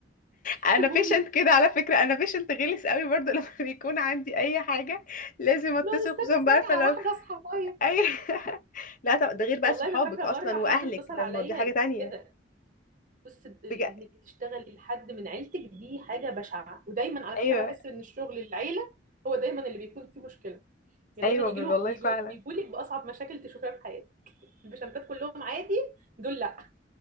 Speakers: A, on the left; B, on the right.
A: انا
B: سيبوني
A: بيشنت كده على فكره انا بيشنت غلس قوي برضو <laughs> لما بيكون عندي اي حاجه لازم اتصل
B: لا نستنى
A: خصوصا بعرفه
B: ساعه
A: لو
B: واحده اصحى طيب
A: اي <laughs> لا طب ده غير بقى
B: والله
A: صحابك
B: انا فاكره
A: اصلا
B: مره حد
A: واهلك
B: اتصل
A: ده
B: عليا
A: الموضوع حاجه
B: يقول
A: تانية
B: لي كده بص ال- ال-
A: بجد
B: انك تشتغلي لحد من عيلتك دي حاجه بشعه ودايما على
A: ايوه
B: فكره بحس ان الشغل العيله هو دايما اللي بيكون فيه مشكله يعني
A: ايوه
B: دايما
A: ب-
B: يجي
A: والله
B: له بيجوا
A: فعلا
B: لك باصعب مشاكل تشوفيها في حياتك البيشنتات كلهم عادي دول لا